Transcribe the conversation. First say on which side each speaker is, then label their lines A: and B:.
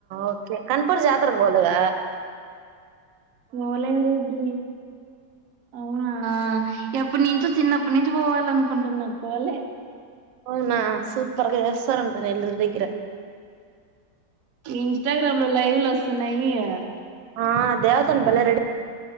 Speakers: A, on the right; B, on the right.
A: ఓకే కన్పూర్ జాతరకు పోలేద
B: మఓలేరి రెడీ అవునా ఎప్పుదినించ్చో చిన్నప్పటి నుంచి పోవాల అనుకుంటున్నా పోవలే.
A: అవునా సూపర్గా చేస్తారంట నెలూరు దగ్గర.
B: ఇంస్టాగ్రామ్ లో లైవ్ లో వస్తున్నాయి కదా
A: ఆ దేవతం బల్ రెడి